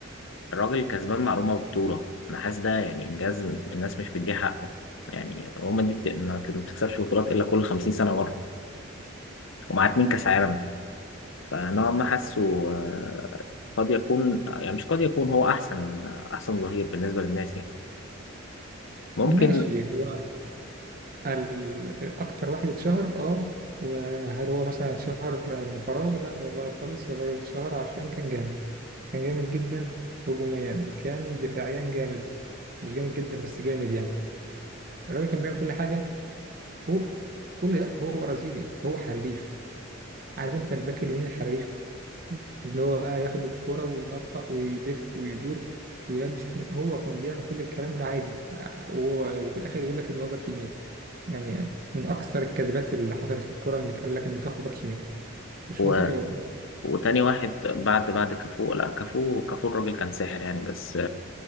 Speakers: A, on the left; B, on the right.
A: الراجل كسبان معلومه ببطوله انا حاسس ده يعني انجاز الناس مش بتديه حقه يعني روما دي بت... ما بت- ما بتكسبش بطولات الا كل 50 سنه مره ومعاه اتنين كاس عالم فنوعا ما حاسه آه، قد يكون يعني مش قد يكون هو احسن احسن ظهير بالنسبه للناس يعني ممكن
B: ماشي هو ال- أكتر واحد اتشهر أه وهل هو مثلا اتشهر من فراغ؟ لا والله خالص الراجل اتشهر عشان كان جامد كان جامد جدا هجوميا وكان دفاعيا جامد مش جامد جدا بس جامد يعني الراجل كان بيعمل كل حاجة هو كل ده هو برازيلي فهو حريف عارف انت الباك اليمين الحريف اللي هو بقى ياخد الكرة وينطق ويلف ويدور ويلبس هو كان بيعمل كل الكلام ده عادي وهو وفي الاخر يقول لك ان هو باك يمين يعني من اكثر الكذبات اللي حصلت في الكوره انك قال لك ان كافو باك يمين مش
A: و...
B: منطقي والله
A: وتاني واحد بعد بعد كافو لا كافو كافو الراجل كان ساحر يعني بس